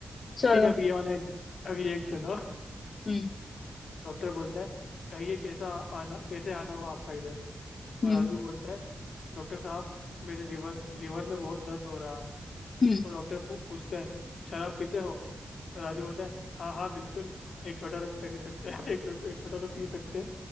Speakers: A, on the left; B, on the left.
A: चलो
B: ठीक है अभी ये वाला एक अभी एक सुनो
A: हम्म
B: डॉक्टर बोलता है कहिए कैसा आना कैसे आना हुआ आपका इधर तो
A: हम्म
B: राजू बोलता है डॉक्टर साहब मेरे रिवर लिवर में बहुत दर्द हो रहा है
A: हम्म
B: तो डॉक्टर पू, पूछता है शराब पीते हो तो राजू बोलता है हाँ हाँ बिल्कुल एक छोटा तो कर ही सकते हैं एक तो, एक छोटा तो पी सकते हैं